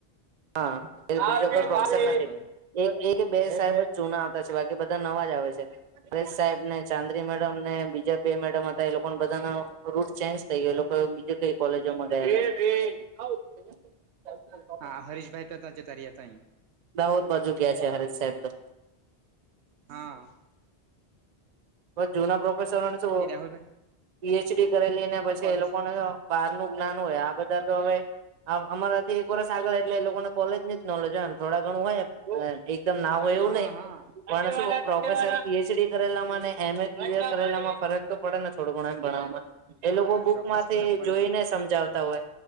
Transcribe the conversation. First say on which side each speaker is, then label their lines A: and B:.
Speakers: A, on the right; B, on the right.
A: હાં <unintelligible>
B: હા બરાબર
A: એક એ કે બે સાહેબ જ જૂના આવતા છે બાકી બધા નવા જ આવે છે અરેશ સાહેબ ને ચાંદ્રી મેડમ ને બીજા બે મેડમ હતા એ લોકોને બધાનો રૂટ ચેન્જ થાઈ ગયેલું એ લોકો બીજા કોઈ કોલેજોમાં ગયા <inaudible>
B: હા હરીશભાઈ તો તા જતા રીયા તય
A: દાહોદ બાજુ ગયા છે હરીશ સાહેબ તો
B: હા
A: બસ જુના પ્રોફેસરોને શું
B: એ રાહુલભાઈ
A: પીએચડી કરેલી ને પછી
B: તો કોલેજ
A: એ લોકોને બહાર નું જ્ઞાન હોય આ બધા તો હવે આમ અમારાથી એક વરષ આગળ એટલે એ લોકોને કોલેજ ની જ નોલેજ હોય ને થોડા ઘણું હોય એમ એકદમ ના હોય એવું
B: હા
A: નઈ
B: હા
A: પણ શું પ્રોફેસર
B: હા
A: પીએચડી કરેલા મા ને એમ એ કિલયર કરેલામાં ફરક તો પડે ને થોડું ઘણુ એમ ભણાવમાં એ
B: હા
A: લોકો બુક
B: ચોક્કસ
A: માંથી
B: ફરક પડે
A: જોઈ ને સમજાવતા હોય